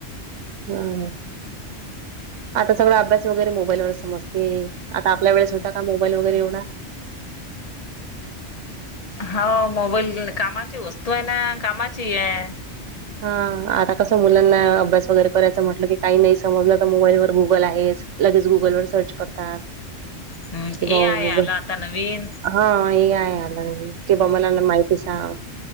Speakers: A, on the right; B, on the left.
A: हम्म आता सगळा अभ्यास वगैरे मोबाईल व समजते आता आपल्या वेळेस होता का मोबाईल वगैरे एवढा
B: होा मोबाईल कामाची वस्तू आहे ना कामाची आहे
A: हा आता कसं मुलांना अभ्यास वगैरे करायचं म्हटलं की काही नाही समजलं तर मोबाईल व गुगल आहेच लगेच गुगलवरर सर्च करतात
B: हम्म
A: कि बा
B: ए आहे
A: गुगल
B: आला आता नवीन
A: हा हे आहे आलं कि बा मला माहिती सांग